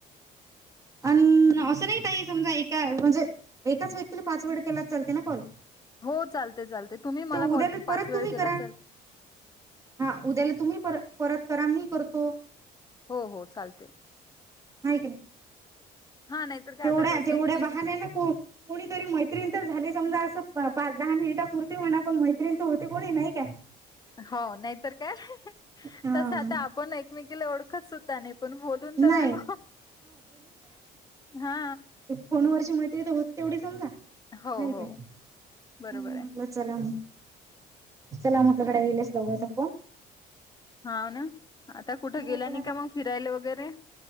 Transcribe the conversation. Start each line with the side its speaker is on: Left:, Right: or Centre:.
Right: अ असं नाही काई समजा एका म्हणजे एकाच व्यक्तीला पाच वेळ केला चालते ना कॉल
Left: हो चालते चालते तुम्ही
Right: तो
Left: मला
Right: उद्याला
Left: पाच
Right: परत
Left: वेळ
Right: तुम्ही
Left: केला
Right: करा
Left: चल
Right: हा उद्याला तुम्ही पर परत करा मी करतो
Left: हो हो चालते
Right: नाहीक
Left: हा नाहीतर काय
Right: तेवढ्या
Left: आता कसे
Right: तेवढ्या
Left: आहेत तीस
Right: बहान ना कोणीतरी मैत्रीण तर झाले समजा असं पाच दहा मिनिटापुरती म्हणा पण मैत्रिणी तर होती कोणी नाही काय
Left: हो नाहीतर काय
Right: हा
Left: तस आता आपण एकमेकीला ओळखत सुद्धा नाही पण बोलून
Right: नाही
Left: तर राल हा
Right: फोन ववरची मैत्री तर होते तेवढी सांमा
Left: हो
Right: नाही
Left: हो
Right: काय
Left: बरोबर
Right: हम्
Left: आहे
Right: चला चलामकडे येईलच लघयचा फोन
Left: हा ना आता कुठं
Right: हो
Left: गेला
Right: पण
Left: नाही
Right: आता
Left: का मग फिरायला वगैरे